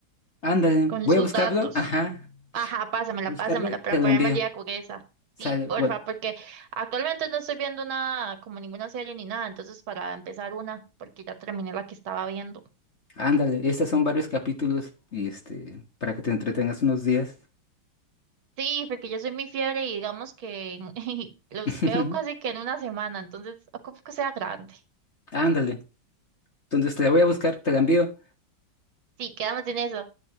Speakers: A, on the left; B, on the right.
A: Ándale,
B: con
A: voy
B: esos
A: a buscarlo,
B: datos.
A: ajá,
B: Ajá, pásamela,
A: buscarlo
B: pásamela
A: y te
B: para ponerme
A: lo envío.
B: al día con esa.
A: Sale,
B: Sí, porfa,
A: bueno,
B: porque actualmente no estoy viendo nada, como ninguna serie ni nada, entonces para empezar una, porque ya terminé la que estaba viendo.
A: ándale, estos son varios capítulos y este, para que te entretengas unos días.
B: Sí, porque yo soy muy fiebre y digamos que <laughs> los
A: <laughs>
B: veo casi que en una semana, entonces ocupo que sea grande.
A: Ándale, entonces te la voy a buscar, te la envío.
B: Sí, quedamos en eso.